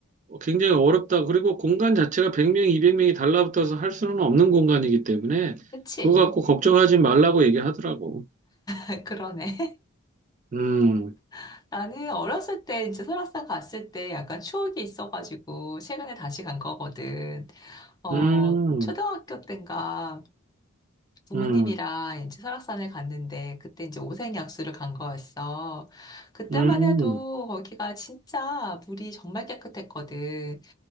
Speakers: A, on the right; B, on the left.
A: 굉장히 어렵다. 그리고 공간 자체가 100명, 200명이 달라붙어서 할 수는 없는 공간이기 때문에
B: 그치?
A: 그거 갖고 걱정하지 말라고 얘기하더라고.
B: <laughs> 그러네.
A: 음,
B: <laughs> 나는 어렸을 때 이제 설악산 갔을 때 약간 추억이 있어가지고 최근에 다시 간 거거든. 어,
A: 음,
B: 초등학교 때인가 부모님이랑
A: 음,
B: 이제 설악산을 갔는데 그때 이제 오색약수를 간 거였어. 그때만
A: 음,
B: 해도 거기가 진짜 물이 정말 깨끗했거든.